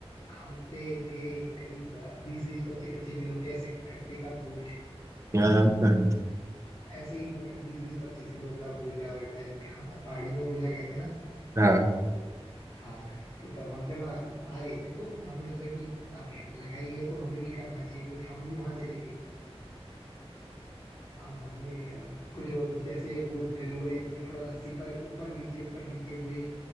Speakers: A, on the left; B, on the right.
A: हम पे थे करीब बीस बीस पच्चीस पच्चीस किलो के ऐसे कट्टे का बोझ
B: हाँ हाँ हाँ
A: ऐसे ही मतलब बीस बीस पच्चीस किलो का बोझा टाइप का हाँ पहाड़ी में बोझा कहते हैं ना
B: हाँ,
A: हाँ तो तब हम जब हम आ रहे थे तो हमने सोचा कि अब लगाई है तो हमें भी करना चाहिए कुछ हम भी वहां चले गए अब हमने अब कुछ और जैसे वो ड्रिल वगैरह की थोड़ा रस्सी पर ऊपर नीचे ऊपर नीचे हुए